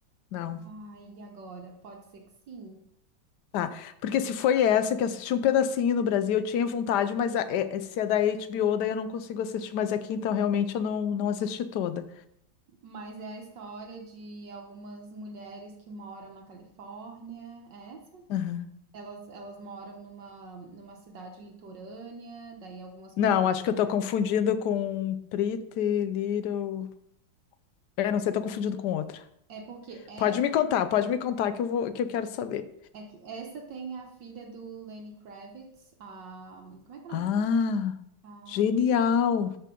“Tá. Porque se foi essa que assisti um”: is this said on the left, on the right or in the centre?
Left